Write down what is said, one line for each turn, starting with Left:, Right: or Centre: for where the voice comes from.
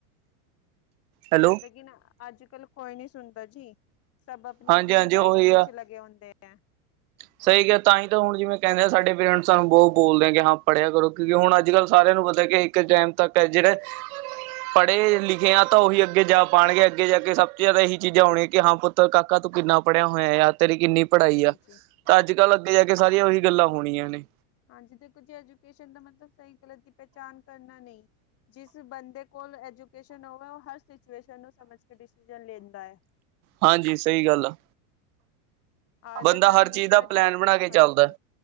Right: ਹੈਲੋ।
Left: ਲੇਕਿਨ ਅੱਜ ਕੱਲ ਕੋਈ ਨੀ ਸੁਣਦਾ ਜੀ ਸਭ ਅਪਣੀ,
Right: ਹਾਂਜੀ
Left: ਅਪਣੀ
Right: ਹਾਂਜੀ
Left: ਲਾਈਫ
Right: ਉਹੀ
Left: ਵਿੱਚ
Right: ਆ
Left: ਲਗੇ ਹੁੰਦੇ। <unintelligible> ਠੀਕ ਹੈ
Right: ਸਹੀ ਕਿਹਾ, ਤਾਂ ਹੀ ਤੇ ਹੁਣ ਜਿਵੇ ਕਹਿੰਦੇ ਐ ਸਾਡੇ ਪੇਰੈਂਟਸ ਸਾਨੂੰ ਬਹੂ ਬੋਲਦੇ ਹੈ ਕਿ ਹਾਂ ਪੜ੍ਹਿਆ ਕਰੋ ਕਿਉਂਕਿੁ ਹੁਣ ਅੱਜ ਅੱਜ ਕੱਲ੍ਹ ਸਾਰਿਆਂ ਨੂੰ ਪਤਾ ਕਿ ਇੱਕ ਟਾਈਮ ਤੱਕ ਹੈ ਜਿਹੜੇ ਪੜ੍ਹੇ ਲਿਖ ਹਾਂ ਤਾਂ ਉਹੀ ਅੱਗੇ ਜਾ ਪਾਣਗੇ ਅੱਗੇ ਜਾ ਕੇ ਸਭ ਤੋਂ ਜ਼ਿਆਦਾ ਇਹੀ ਚੀਜ਼ਾਂ ਹੋਣੀਆਂ ਕਿ ਹਾਂ ਪੁੱਤਰ ਕਾਕਾ ਤੂੰ ਕਿੰਨਾ ਪੜ੍ਹਿਆ ਹੋਇਆ ਯਾਰ। ਤੇਰੀ ਕਿੰਨੀ ਪੜ੍ਹਾਈ ਆ।
Left: ਤੇ।
Right: ਤਾਂ ਅੱਜ ਕੱਲ੍ਹ ਅੱਗੇ ਜਾ ਕੇ ਸਾਰੀਆਂ ਉਹੀ ਗੱਲਾਂ ਹੋਣੀਆਂ ਨੇ।
Left: ਹੁੰਦੀਆਂ। ਹਾਂਜੀ ਦੇਖੋ ਜੀ ਐਜੂਕੇਸ਼ਨ ਦਾ ਮਤਲਬ ਸਹੀ ਗਲਤ ਦੀ ਪਹਿਚਾਣ ਕਰਨਾ ਨਹੀਂ ਜਿਸ ਬੰਦੇ ਕੋਲ ਐਜੂਕੇਸ਼ਨ ਹੋਵੇ ਉਹ ਹਰ ਸਿਚੁਏਸ਼ਨ ਨੂੰ ਸਮਝ ਕੇ ਡਿਸੀਜ਼ਨ ਲੈਂਦਾ ਹੈ।
Right: ਹਾਂਜੀ ਸਹੀ ਗੱਲ ਆ
Left: ਅੱਜ
Right: ਬੰਦਾ
Left: ਦੇ ਟਾਈਮ
Right: ਹਰ
Left: ਵਿੱਚ
Right: ਚੀਜ਼
Left: ਤਾਂ
Right: ਦਾ
Left: ਐਜੂ
Right: ਪਲੈਨ ਬਣਾ ਕੇ
Left: ਹਾਂਜੀ
Right: ਚੱਲਦੈ।